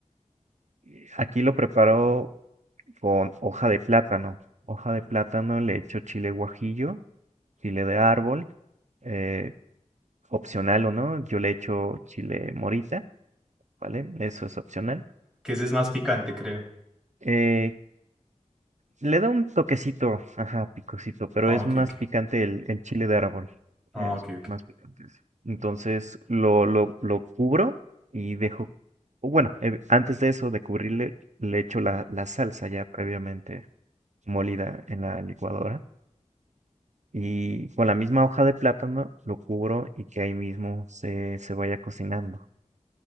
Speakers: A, on the right (about 65°); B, in the centre.
A: Y Aquí lo preparo con hoja de plátano. Hoja de plátano, le echo chile guajillo, chile de árbol, eh, opcional o no, yo le echo chile morita, ¿vale? Eso es opcional.
B: que ese es más picante, creo.
A: Eh, Le da un toquecito, ajá, picosito, pero
B: Ah,
A: es
B: ok,
A: más
B: ok.
A: picante el, el chile de árbol.
B: Ah,
A: Es
B: ok, ok.
A: más picante. sí. Entonces lo, lo, lo cubro y dejo, o bueno, eh, antes de eso, de cubrirle, le echo la, la salsa ya previamente molida en la licuadora. Y con la misma hoja de plátano lo cubro y que ahí mismo se, se vaya cocinando.